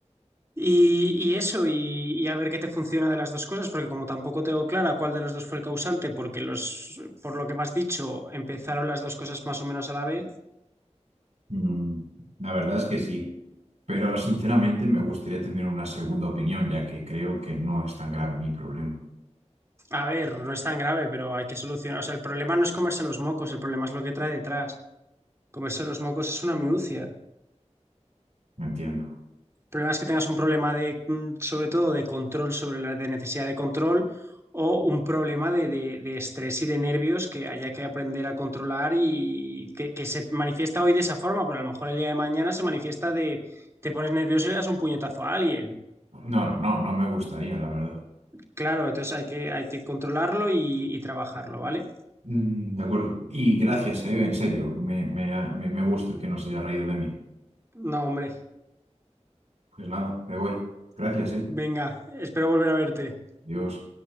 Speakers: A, on the right; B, on the right.
A: Y, y eso, y, y a ver qué te funciona de las dos cosas, porque como tampoco tengo clara cuál de los dos fue el causante, porque los, por lo que me has dicho, empezaron las dos cosas más o menos a la vez,
B: Mm, la verdad es que sí, pero sinceramente me gustaría tener una segunda opinión, ya que creo que no es tan grave mi problema.
A: A ver, no es tan grave, pero hay que solucionar. O sea, el problema no es comerse los mocos, el problema es lo que trae detrás. Comerse los mocos es una minucia. El
B: No entiendo.
A: problema es que tengas un problema de, mm, sobre todo, de control sobre la de necesidad de control o un problema de, de- de estrés y de nervios que haya que aprender a controlar y que, que se manifiesta hoy de esa forma, pero a lo mejor el día de mañana se manifiesta de te pones nervioso y le das un puñetazo a alguien.
B: No, no, no no me gustaría, la verdad.
A: Claro, entonces hay que, hay que controlarlo y y trabajarlo, ¿vale?
B: Mm, de acuerdo. Y gracias, eh, en serio, me, me, me me gusta que no se haya reído de mí.
A: No, hombre.
B: Pues nada, me voy. Gracias, eh.
A: Venga, espero volver a verte.
B: Dios.